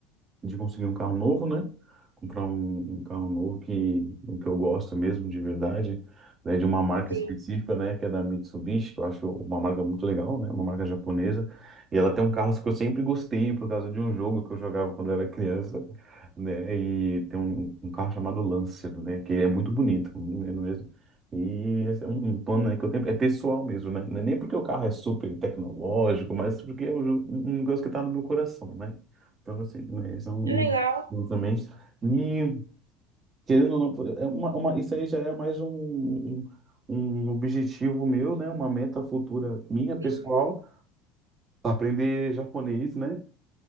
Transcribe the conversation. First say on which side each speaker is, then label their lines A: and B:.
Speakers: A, on the right (about 30°); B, on the right (about 85°).
A: de conseguir um carro novo, né? Comprar um, um carro novo que, um que eu gosto mesmo, de verdade, né? De uma marca
B: Sim.
A: específica, né? Que é da Mitsubishi, que eu acho uma marca muito legal, né? Uma marca japonesa. E ela tem um carro que eu sempre gostei por causa de um jogo que eu jogava quando era criança, né? E tem um, um carro chamado Lancer, né? Que é muito bonito, muito lindo mesmo. E esse é um, um plano né, que eu tenho, é pessoal mesmo, né? Não é nem porque o carro é super tecnológico, mas porque é um, jo- um negócio que tá no meu coração, né? Pra você, né? Isso é um,
B: Legal,
A: um um também. E, querendo ou não, é uma, uma- isso aí já é mais um, um, um objetivo meu, né? Uma meta futura minha, pessoal,
B: sim.
A: aprender japonês, né?